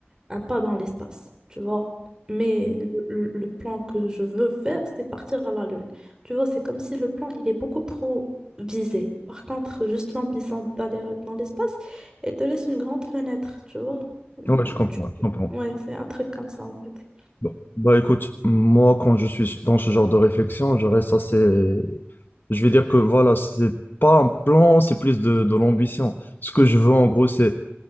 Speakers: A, on the right (about 20°); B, on the left (about 55°).
A: un pas dans l'espace, tu vois. Mais le, le plan que je veux faire, c'est partir à la Lune. Tu vois, c'est comme si le plan, il est beaucoup trop visé. Par contre, juste l'ambition d'aller à- dans l'espace, elle te laisse une grande fenêtre, tu vois.
B: Ouais, je comprends,
A: Tu-
B: je comprends.
A: Ouais, c'est un truc comme ça, en fait.
B: Bon. Bah écoute, moi quand je suis dans ce genre de réflexion, je reste assez... Je vais dire que voilà, c'est pas un plan, c'est plus de, de l'ambition. Ce que je veux en gros, c'est...